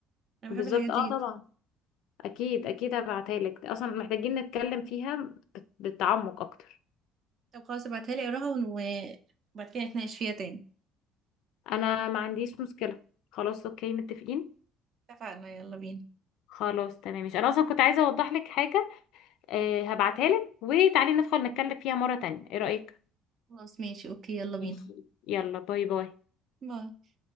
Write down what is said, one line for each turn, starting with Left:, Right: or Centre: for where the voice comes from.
Right: انا
Left: بالظبط
Right: بحب الحاجات دي
Left: اه طبعا
Right: جدا
Left: اكيد اكيد هبعتها لك اصلا محتاجين نتكلم فيها بت- بتعمق اكتر
Right: طب خلاص ابعتها لي اقراها ون- وبعد كده نتناقش فيها تاني
Left: انا ما عنديش مشكله خلاص اوكي متفقين
Right: اتفقنا يلا بينا
Left: خلاص تمام مش انا اصلا كنت عايزه اوضح لك حاجه آه هبعتها لك وتعالي ندخل نتكلم فيها مره تانية ايه رايك
Right: خلاص ماشي اوكي يلا بينا
Left: ماشي يلا باي باي
Right: باي